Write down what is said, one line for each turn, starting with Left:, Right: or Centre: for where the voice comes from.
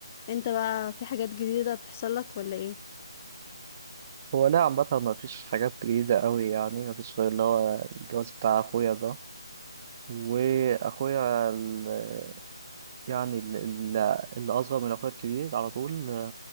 Left: انت بقى في حاجات جديدة بتحصل لك ولا ايه
Right: هو لا عامة مفيش حاجات جديدة أوي يعني مفيش غير اللي هو الجواز بتاع أخويا ده وأخويا ال- يعني ال- ال- اللي أصغر من أخويا الكبير على طول